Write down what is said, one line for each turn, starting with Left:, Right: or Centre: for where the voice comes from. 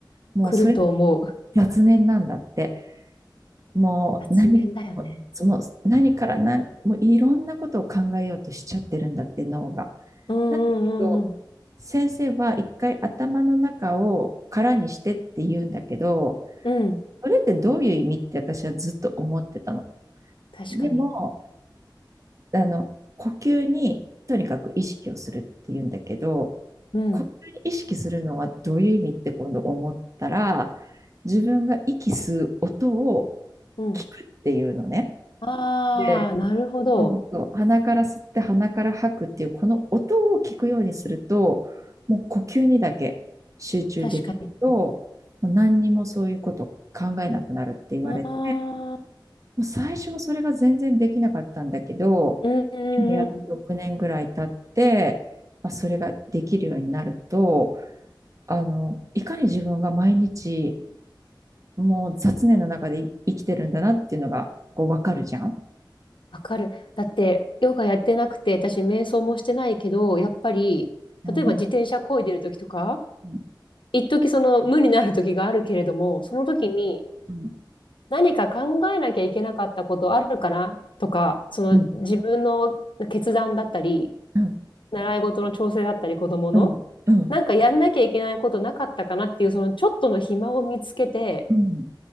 Right: もうそれ
Left: 来ると思う。
Right: 雑念なんだって。もう何、
Left: 雑念だよね。
Right: もう何から何、もういろんなことを考えようとしちゃってるんだって、脳が。
Left: うん
Right: なんだけど、
Left: うんうん
Right: 先生は一回頭の中を空にしてって言うんだけど、
Left: うん。うん。
Right: それってどういう意味って私はずっと思ってたの。
Left: 確かに。
Right: でも、あの、呼吸にとにかく意識をするって言うんだけど、
Left: うん。
Right: 呼吸に意識するのはどういう意味って今度思ったら、自分が息吸う音を
Left: うん
Right: 聞くっていうのね。
Left: ああ、
Right: で、
Left: なるほど。
Right: そうそう、鼻から吸って鼻から吐くっていうこの音を聞くようにするともう呼吸にだけ集中できるともう何にもそういうこと考えなくなるって言われて
Left: 確かに。ああ、
Right: もう最初はそれが全然できなかったんだけど
Left: うんうんうん。
Right: 今やっと6年ぐらい経って、まあ、それができるようになるとあのいかに自分が毎日もう雑念の中でい生きてるんだなっていうのがこう分かるじゃん
Left: わかる。だって、ヨガやってなくて、私、瞑想もしてないけど、やっぱり、
Right: うん。
Left: 例えば自転車漕いでる時とか、
Right: うん、
Left: 一時その無になる時があるけれども、その時に
Right: うん、
Left: 何か考えなきゃいけなかったことあるかなとか、その自分の決断だったり、
Right: うんうん、
Left: 習い事の調整だったり、子供の、
Right: うん、うん、
Left: なんかやんなきゃいけないことなかったかなっていう、そのちょっとの暇を見つけて、
Right: うん。